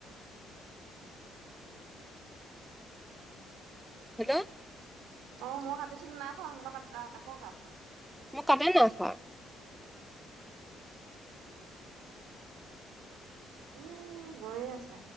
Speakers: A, in the centre; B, on the right.
A: হেল্ল'?
B: অ'! মই কাটিছিলোঁ, নাই <unintelligible> আকৌ, কাট।
A: মোৰ কাটে নাই খোৱা।
B: এ, গৈয়ে আছে।